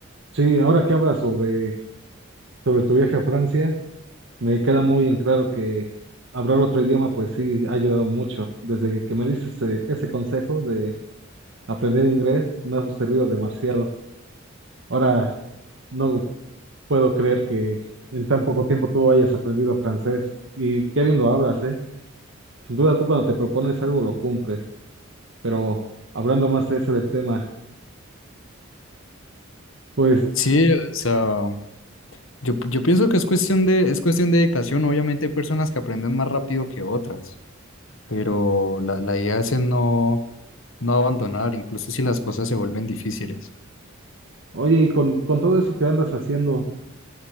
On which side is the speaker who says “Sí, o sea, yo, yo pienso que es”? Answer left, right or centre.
Left